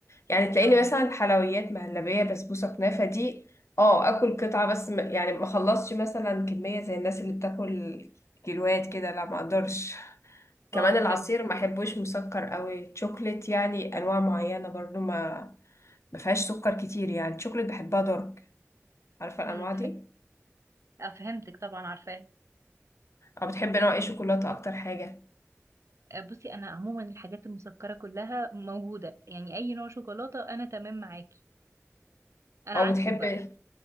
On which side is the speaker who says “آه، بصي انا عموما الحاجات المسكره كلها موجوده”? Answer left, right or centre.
Right